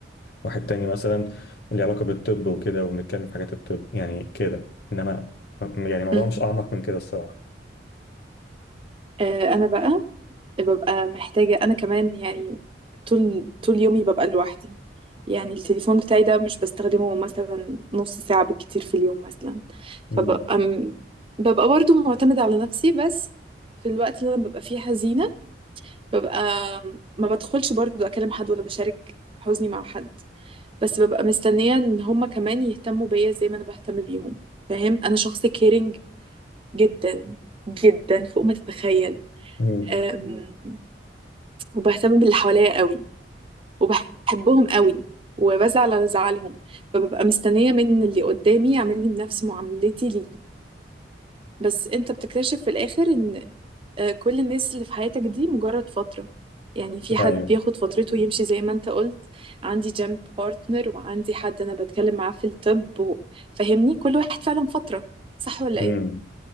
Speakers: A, on the left; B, on the right.
A: واحد تاني مثلا اللي علاقة بالطب وكده وبنتكلم في حاجات الطب يعني كده انما يعني الموضوع
B: أمم.
A: مش اعمق من كده الصراحة
B: آه، انا بقى ببقى محتاجه انا كمان يعني طول طول يومي ببقى لوحدي يعني التليفون بتاعي ده مش بستخدمه مثلا نص ساعه بالكتير في اليوم مثلا فببقى
A: مم.
B: م- ببقى برضو معتمده على نفسي بس في الوقت اللي انا ببقى فيه حزينه ببقى ما بدخلش برضو اكلم حد ولا بشارك حزني مع حد بس ببقى مستنية ان هما كمان يهتموا بيا زي ما انا بهتم بيهم فاهم انا شخص كيرنج جدا جدا فوق ما تتخيل
A: مم.
B: أم، وبهتم باللي حواليا قوي وبحبهم قوي وبزعل على زعلهم فببقى مستنية من اللي قدامي يعمل لي بنفس معاملتي ليه بس انت بتكتشف في الاخر ان آه، كل الناس اللي في حياتك دي مجرد فترة يعني في حد
A: ايوه
B: بياخد فترته ويمشي زي ما انت قلت عندي جيم بارتنر وعندي حد انا بتكلم معاه في الطب و... فاهمني كل واحد فعلا فترة صح ولا
A: مم.
B: ايه